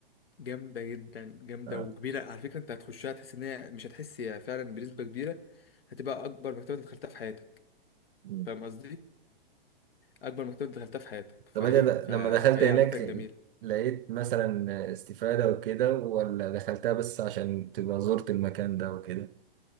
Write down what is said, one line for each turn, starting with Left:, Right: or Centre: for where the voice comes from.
Left: جامدة جدا جامدة
Right: اه.
Left: وكبيرة على فكرة انت هتخشها تحس ان هي مش هتحس هي فعلا بنسبة كبيرة هتبقى اكبر مكتبة دخلتها في حياتك
Right: مم.
Left: فاهم قصدي؟ اكبر مكتبة دخلتها في حياتك
Right: <laughs>
Left: فايه
Right: طب انت د-
Left: ف...
Right: لما دخلت
Left: فهي
Right: هناك
Left: عامة جميلة
Right: لقيت مثلا استفادة وكده ولا دخلتها بس عشان تبقى زرت المكان ده وكده